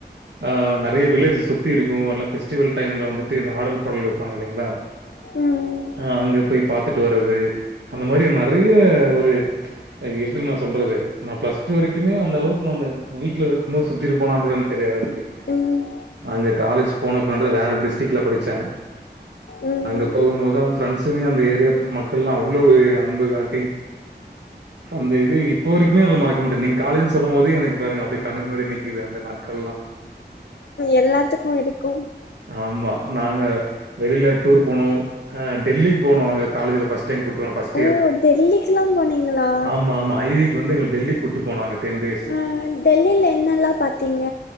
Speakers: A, on the right (about 80°); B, on the left (about 70°).
A: அ நெறைய வில்லேஜ் சுத்தி இருக்கும் அதல்லாம் ஃபெஸ்டிவல் டைம்ல் வந்துட்டு இந்த ஆடல் பாடல் வைப்பாங்க இல்லைங்ளா
B: ம்
A: அ அங்க போய் பாத்துட்டு வர்றது அந்த மாதிரி நெறைய ஒரு அது எப்படி நா சொல்றது நா பிளஸ் டூ வரைக்குமே அந்த அளவுக்கு நானு வீட்ல இருக்கும் போது சுத்திட்டு போனான் கூட என்கு தெரியாது எனக்கு
B: ம்
A: அங்க காலேஜ் போனக்குன வேற டிஸ்ட்டிக்ல படிச்சேன்
B: ம்
A: அங்க போகும் போதும் ஃப்ரெண்ட்ஸுமே அந்த ஏ ரியாப்பு மக்கள்லா அவ்வளவு அன்பு காட்டி அந்த இது இப்போ வரைமே என்னால மறக்க முடிய நீங்க காலன்னு சொன்னும்ப போதே எனக்கு பாருங்க அப்படி கண்ணுக்கு முன்னாடி நிக்குது அந்த நாட்கள்லாம்
B: எல்லாத்துக்கு இருக்கு
A: ஆமா நாங்க வெளியில டூர் போனோம் அ டெல்லிக்கு போனோம் அங்க காலேஜ்ல ஃபஸ்ட் டைம் கூட்டு போ ஃபஸ்
B: ஓ டெல்லிக்குல்லா போனீங்களா
A: ஆமா, ஆமா ஐ வி க்கு வந்து எங்கள டெல்லி கூட்டு போனாங்க டென் டேஸ்
B: ஆ டெல்லில என்னெல்லா பாத்தீங்க